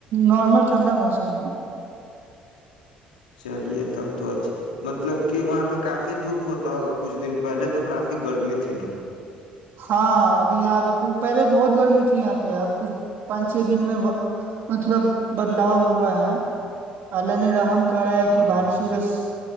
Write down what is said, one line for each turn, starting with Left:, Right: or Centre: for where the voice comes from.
Right: نارمل ٹھنڈا موسم ہے
Left: چلیے تب تو اچھا مطلب کہ وہاں پہ کافی دھوپ ہوتا ہوگا کچھ دن پہلے تو کافی گرمی تھی نا
Right: ہاں ابھی یہاں پہ پہلے بہت گرمی تھی یہاں پہ اب کچھ پانچ چھ دن میں مطلب بدلاؤ ہوا ہے اللہان رحم کرا ہے
Left: ہاں
Right: کہ بارش وورس